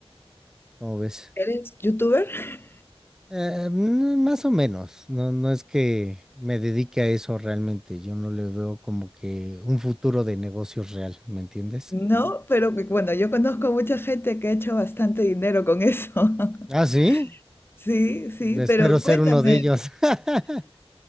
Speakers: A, in the centre; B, on the left (about 20°).
A: ¿cómo ves?
B: ¿Eres youtuber? <laughs>
A: Eh, mm, más o menos. No, no es que me dedique a eso realmente. Yo no le veo como que un futuro de negocios real, ¿me entiendes?
B: No, pero que- bueno, yo conozco mucha gente que ha hecho bastante dinero con eso. <laughs>
A: Ah, sí.
B: Sí, sí,
A: Espero
B: pero
A: ser
B: cuéntame,
A: uno de ellos. <laughs>